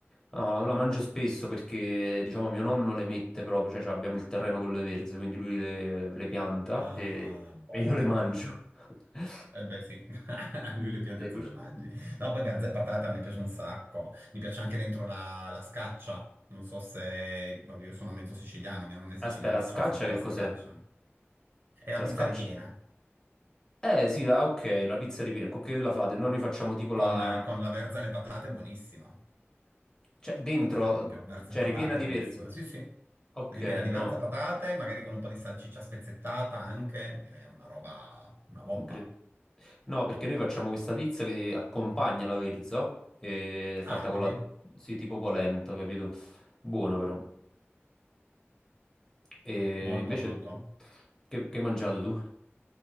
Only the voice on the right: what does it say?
Ah,
buone.
Eh beh sì, <laughs> a lui le piante
te
le mangi. No, poi verza e patata mi piace un sacco. Mi piace anche dentro la, la scaccia. Non so se... vabbè, Io sono mezzo siciliano, mia nonna è siciliana
e faceva
sempre
la scaccia.
E la
pizza
ripiena,
con, con la verza e le patate, è buonissima,
ad esempio. Verza
e patate,
è buonissima.
Sì, sì.
Ripiena di verza
patate, magari con un po' di salsiccia spezzettata anche. Bene, È una roba... una bomba.
Ah,
vedi?
Molto,
molto.